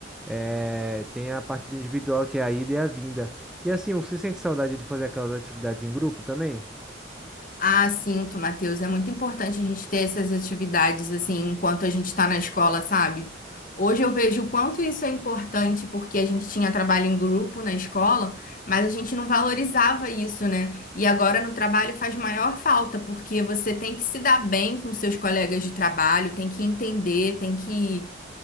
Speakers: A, in the centre; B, on the left.
A: é tem a parte do individual que é a ida e a vinda. E assim, você sente saudade de fazer aquelas atividades em grupo também?
B: Ah, sinto, Matheus. É muito importante a gente ter essas atividades assim enquanto a gente está na escola, sabe? Hoje eu vejo o quanto isso é importante porque a gente tinha trabalho em grupo na escola, mas a gente não valorizava isso, né? E agora no trabalho faz maior falta porque você tem que se dar bem com seus colegas de trabalho, tem que entender, tem que